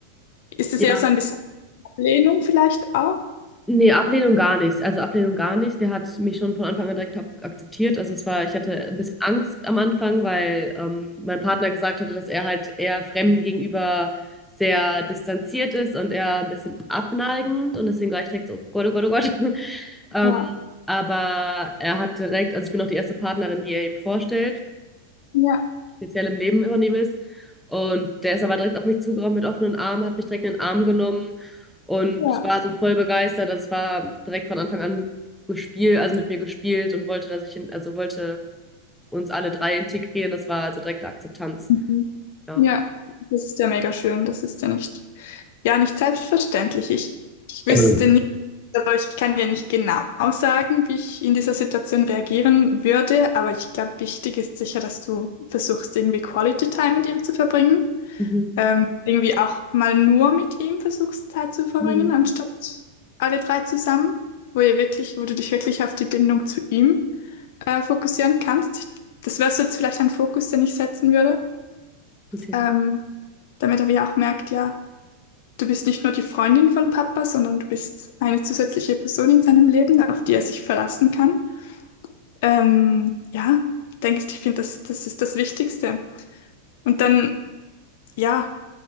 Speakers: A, on the left; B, in the centre.
A: ist
B: Ja,
A: es eher so ein bisschen Ablehnung vielleicht auch?
B: Nee, Ablehnung gar nicht. Also Ablehnung gar nicht. Der hat mich schon von Anfang an direkt ak- akzeptiert. Also es war, ich hatte ein bisschen Angst am Anfang, weil ähm, mein Partner gesagt hatte, dass er halt eher Fremden gegenüber sehr distanziert ist und eher ein bisschen abneigend. Und deswegen war ich direkt so, oh Gott, oh Gott, oh Gott. <laughs> Ähm,
A: Ja,
B: aber er hat direkt, also ich bin auch die erste Partnerin, die er ihm vorstellt
A: ja,
B: speziell im Leben von ihm ist Und der ist aber direkt auf mich zugerannt mit offenen Armen, hat mich direkt in den Arm genommen und
A: ja.
B: war so voll begeistert. Also es war direkt von Anfang an gespielt, also mit mir gespielt und wollte, dass ich, in, also wollte uns alle drei integrieren. Das war also direkte Akzeptanz.
A: Mhm.
B: Ja.
A: Ja, das ist ja mega schön. Das ist ja nicht, ja, nicht selbstverständlich. Ich, ich wüsste
B: Mhm.
A: Aber ich kann dir nicht genau sagen, wie ich in dieser Situation reagieren würde, aber ich glaube, wichtig ist sicher, dass du versuchst, irgendwie Quality Time mit ihm zu verbringen.
B: Mhm.
A: Ähm, irgendwie auch mal nur mit ihm versuchst, Zeit zu verbringen,
B: Ja,
A: anstatt alle drei zusammen, wo ihr wirklich, wo du dich wirklich auf die Bindung zu ihm äh, fokussieren kannst. Das wäre so jetzt vielleicht ein Fokus, den ich setzen würde,
B: gute Idee.
A: ähm, damit er wie auch merkt, ja. Du bist nicht nur die Freundin von Papa, sondern du bist eine zusätzliche Person in seinem Leben, auf die
B: Mhm.
A: er sich verlassen kann. Ähm, ja, denke ich, ich finde, das, das ist das Wichtigste. Und dann, ja,